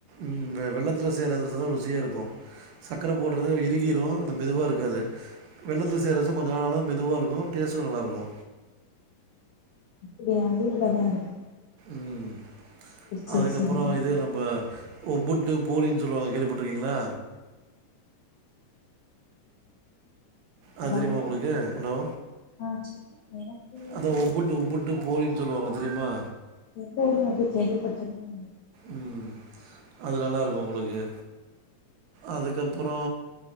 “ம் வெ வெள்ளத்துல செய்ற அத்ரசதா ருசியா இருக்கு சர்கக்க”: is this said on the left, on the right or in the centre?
Right